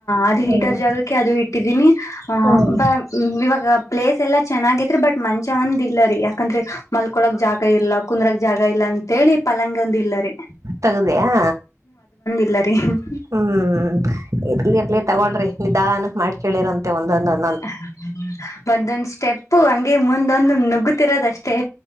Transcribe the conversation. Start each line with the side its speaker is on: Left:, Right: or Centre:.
Left: ಅದು
Right: ಹ್ಮ್
Left: ಹೀಟರ್ ಜಾಗಕ್ಕೆ ಅದು ಇಟ್ಟಿದ್ದೀನಿ ಆ
Right: ಹ್ಮ್
Left: ಬ.. ಹ್ಮ ಇವಾಗ ಪ್ಲೇಸ್ ಎಲ್ಲಾ ಚೆನ್ನಾಗಿದ್ರ ಬಟ್ ಮಂಚ ಒಂದ ಇಲ್ಲ ರೀ ಯ ಯಾಕಂದ್ರೆ ಮಲ್ಕೊಳಕ್ ಜಾಗ ಇಲ್ಲ ಕುಂದ್ರಕ ಜಾಗ ಇಲ್ಲ ಅಂತೇಳಿ ಪಲಂಗ ಒಂದ ಇಲ್ಲರಿ
Right: ತಗದಯಾ.......
Left: ಇಲ್ಲ ರೀ ಹ್ಮ್
Right: ಹ್ಮ್ ಇರ್ಲಿ ಇರ್ಲಿ ತಗೋಳ್ರಿ ನಿಧಾನಕ್ ಮಾಡ್ಕೇಳಿರಂತೆ ಒಂದೊಂದ......
Left: <unintelligible> ಒಂದೊಂದ್ ಸ್ಟೆಪ್ ಹಂಗೆ ಮುಂದೊಂದು ನುಗ್ಗತಿರೋದಷ್ಟೇ..